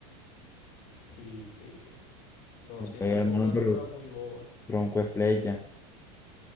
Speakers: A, on the left (about 55°); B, on the left (about 15°).
A: Sí, sí, sí. No,
B: Joder,
A: sí, esa
B: hermano,
A: fue una compra
B: pero
A: muy boba.
B: tronco de flecha.